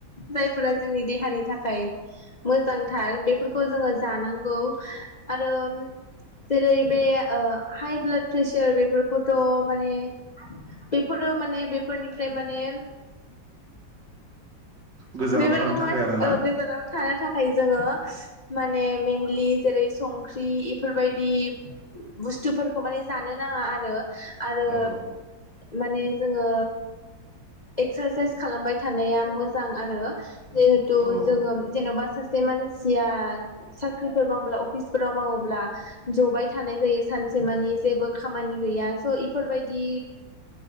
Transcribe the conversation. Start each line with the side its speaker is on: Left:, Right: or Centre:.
Left: जायफोरा जोंनि देहानि थाखाय। मोजांथार बेफोरखौ जोङो जानांगौ आरो जेरै बे हाइ ब्लाड प्रेसार बेफोरखौथ' माने बेफोरो माने बेफोरनिफ्राय माने
Right: गोजानाव
Left: बेफोरखौ
Right: थानो थाखाय
Left: माने
Right: आरोना
Left: गोजानाव थानो थाखाय जोङो माने मेनलि जेरै संख्रि इफोरबायदि बुस्थुफोरखौ माने जानो नाङा आरो। आरो।
Right: औ
Left: माने जोङो एक्सारसाइस खालामबाय थानाया मोजां आरो। जिहेथु
Right: औ
Left: जोङो बा सासे मानसिया साख्रिफोर मावोब्ला अफिसफोराव मावोब्ला जबाय। थानाय जायो सानसे मानि जेबो खामानि गैया। स' इफोरबायदि